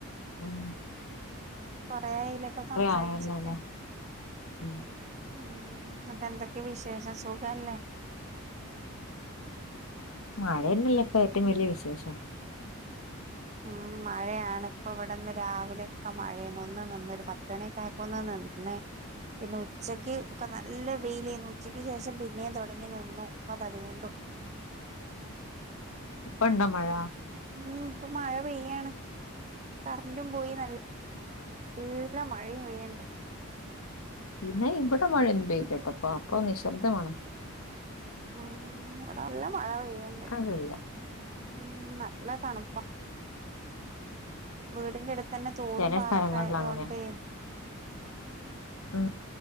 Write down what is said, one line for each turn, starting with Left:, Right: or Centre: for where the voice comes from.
Left: ആം
Right: കൊറെ ആയില്ലേ ഇപ്പൊ സംസാരിച്ചിട്ട്
Left: ആയല്ലോല്ലേ ഉം
Right: ഉം ഇന്നട്ട് എന്തൊക്കെ വിശേഷം സുഖല്ലേ
Left: മഴന്നെല്ലേ ഇപ്പോ ഏറ്റവും വലിയ വിശേഷം
Right: ഉം മഴയാണ് ഇപ്പ ഇവിടെം രാവിലെക്കെ മഴെന്ന് ഒന്ന് നിന്ന് ഒരു പത്തണിയൊക്കേ അയപ്പോ നിന്ന് പിന്നെ പിന്നെ ഉച്ചയ്ക്ക് ഒക്കെ നല്ല വെയിലേനു ഉച്ചക്ക് ശേഷം പിന്നെ തുടങ്ങി നിന്നു ഇപ്പ അതാ വീണ്ടും
Left: ഇപ്പണ്ടോ മഴ
Right: മം ഇപ്പൊ മഴ പെയ്യാണ് കരണ്ടും പോയി നല്ല <unintelligible> എല്ല മഴയും പെയ്യണ്ടേ
Left: പിന്നെ ഇവടെ മഴയൊന്നും പെയ്തിലിട്ടോ ഇപ്പോ നിശബ്ദമാണ്
Right: ഉം വടെ നല്ല മഴ പെയ്യണ്ട്
Left: <unintelligible> വടല്ല
Right: ഉം നല്ല തണുപ്പാ. വീടിന്റെ അടുത്ത് തന്നെ തോടും
Left: ചില
Right: പാടൊക്കെ
Left: സ്ഥലങ്ങളിൽ
Right: ആയതുകൊണ്ടേ
Left: അങ്ങനെയാ ഉം.